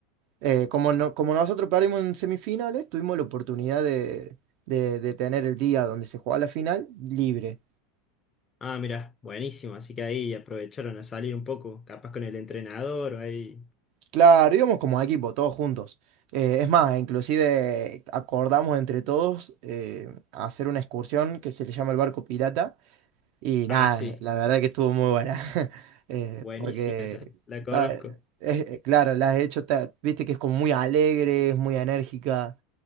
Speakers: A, on the right; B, on the left.
A: eh, como, no, como nosotros perdimos en semifinales, tuvimos la oportunidad de, de- de tener el día donde se jugaba la final libre.
B: Ah, mirá, buenísimo, así que ahí aprovecharon a salir un poco, capaz con el entrenador o ahí.
A: Claro, íbamos como equipo, todos juntos. Eh, es más, inclusive acordamos entre todos eh, hacer una excursión que se le llama el barco pirata. Y nada,
B: Ah, sí,
A: la verdad que estuvo muy buena. <laughs> Eh,
B: buenísima
A: porque,
B: esa, la
A: está-
B: conozco.
A: es- eh, claro, la has hecho, ta- viste que es como muy alegre, es muy enérgica.